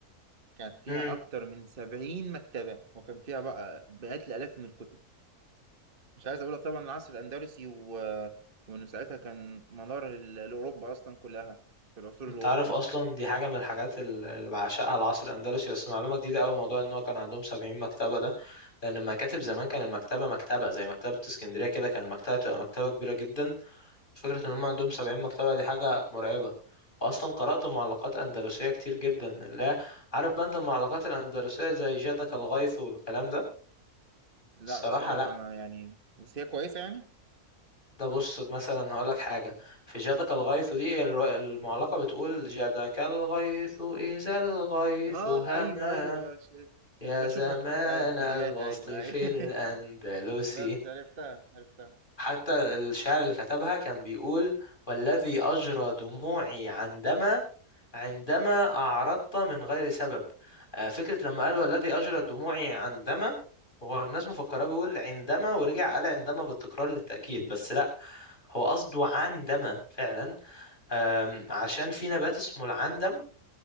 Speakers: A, on the right; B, on the left.
A: كانت فيها
B: امم
A: اكتر من سبعين مكتبة وكان فيها بقى مئات الالاف من الكتب مش عايز اقول لك طبعا العصر الاندلسي و... وانه ساعتها كان منار ال- لاوروبا اصلا كلها في العصور
B: انت
A: الوسطى
B: عارف اصلا دي حاجه من الحاجات ال- اللي بعشقها العصر الاندلسي بس معلومه جديده قوي موضوع ان هو كان عندهم 70 مكتبه ده لان المكاتب زمان كان المكتبه مكتبه زي مكتبه اسكندريه كده كان المكتبه بتبقى مكتبه كبيره جدا فكره ان هم عندهم 70 مكتبه دي حاجه مرعبه واصلا قرات معلقات اندلسيه كتير جدا لا عارف بقى انت المعلقات الاندلسيه زي جادك الغيث والكلام ده
A: لا
B: الصراحه
A: بصراحه
B: لا
A: انا يعني بس هي كويسه يعني
B: ده بص مثلا هقول لك حاجة في جادك الغيث دي الر- المعلقة بتقول جادك الغيث إذا الغيث
A: اه
B: هما
A: ايوه ايوه ش-
B: يا
A: بشوفها
B: زمان
A: كتير ايوه في فيديوهات
B: الوصل
A: ايوه ايوه
B: في
A: <laughs>
B: الأندلس
A: بس عرفتها عرفتها
B: حتى الشعر اللي كتبها كان بيقول والذي أجرى دموعي عندما عندما أعرضت من غير سبب آه، فكرة لما قال والذي أجرى دموعي عندما هو الناس مفكرة بيقول عندما ورجع قال عندما بالتكرار للتأكيد بس لا هو قصده عندما فعلا آم، عشان في نبات اسمه العندم